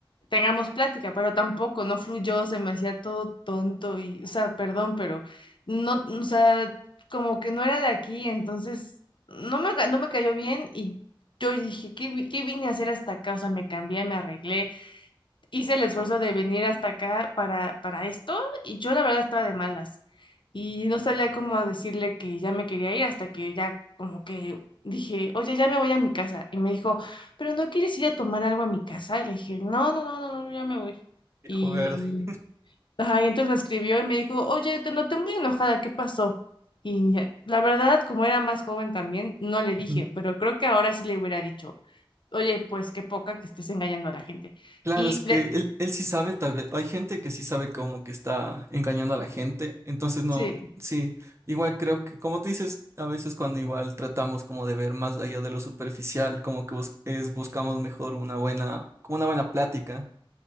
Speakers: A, on the left (about 60°); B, on the right (about 30°).
A: tengamos plática, pero tampoco, no fluyó, se me hacía todo tonto y, o sea, perdón, pero no, o sea, como que no era de aquí, entonces no me, ca- no me cayó bien y yo dije, ¿qué, vi- qué vine a hacer hasta acá? O sea, me cambié, me arreglé, hice el esfuerzo de venir hasta acá para, para esto y yo la verdad estaba de malas y no sabía cómo decirle que ya me quería ir hasta que ya como que dije, oye, ya me voy a mi casa. Y me dijo, pero ¿no quieres ir a tomar algo a mi casa? Y le dije, no, no, no, no, no, yo ya me voy.
B: viejo
A: Y,
B: verde.
A: ajá, y entonces me escribió y me dijo, oye, te noté muy enojada, ¿qué pasó? Y ya- la verdad, como era más joven también, no le dije,
B: Ujú.
A: pero creo que ahora sí le hubiera dicho, oye, pues qué poca que estés engañando a la gente.
B: Claro,
A: Y
B: es que él, él sí sabe, tal vez. Hay gente que sí sabe como que está engañando a la gente. Entonces, no,
A: Sí,
B: sí. Igual creo que, como tú dices, a veces cuando igual tratamos como de ver más allá de lo superficial, como que bus- es, buscamos mejor una buena, como una buena plática,